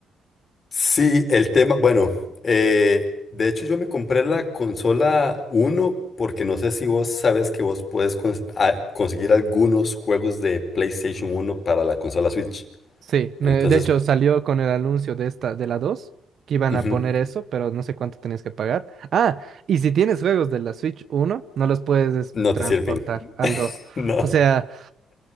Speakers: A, on the left; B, on the right.
A: Sí, el tema, bueno, eh, de hecho yo me compré la consola uno porque no sé si vos sabes que vos puedes cons- a- conseguir algunos juegos de PlayStation uno para la consola Switch.
B: Sí, me-
A: Entonces,
B: de hecho salió con el anuncio de esta, de la dos que iban
A: ujú,
B: a poner eso, pero no sé cuánto tenías que pagar. Ah, y si tienes juegos de la Switch uno no los puedes
A: no
B: transportar
A: te sirven. <laughs>
B: al dos
A: No.
B: O sea...